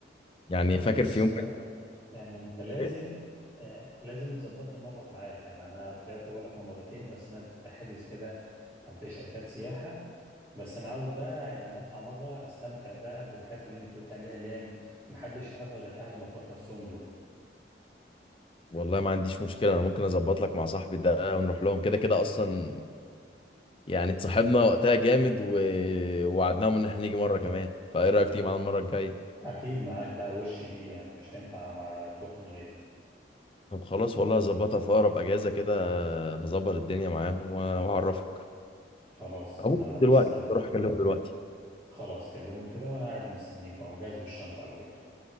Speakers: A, on the left; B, on the right.
A: يعني
B: طب
A: فاكر
B: بص
A: في يوم
B: بقى
A: من
B: يعني انت لازم
A: الأيام-
B: آه، لازم تظبطني مره معاك يعني انا طلعت بقول لك مرتين بس انا كنت حاجز كده منطقه شركات سياحه بس انا عاوز بقى يعني اطلع مره استمتع بقى بالحاجات اللي انت قلت عليها اللي هي محدش يعرفها غير اهل مطروح نفسهم دول
A: والله ما عنديش مشكله انا ممكن اظبط لك مع صاحبي ده ونروح لهم كده كده اصلا يعني اتصاحبنا وقتها جامد و... ووعدناهم ان احنا نيجي مره كمان فايه رايك تيجي معانا المره الجايه
B: اكيد معاك بقى وش دي يعني مش هينفع ما تروح من غيري
A: طب خلاص والله هظبطها في اقرب اجازه كده هظبط الدنيا معاهم و- واعرفك
B: خلاص
A: أو
B: انا
A: ممكن
B: مستني
A: دلوقتي اروح اكلمه دلوقتي
B: خلاص كلمه كده وانا قاعد مستنيك اهو جاهز بالشنطة على فكرة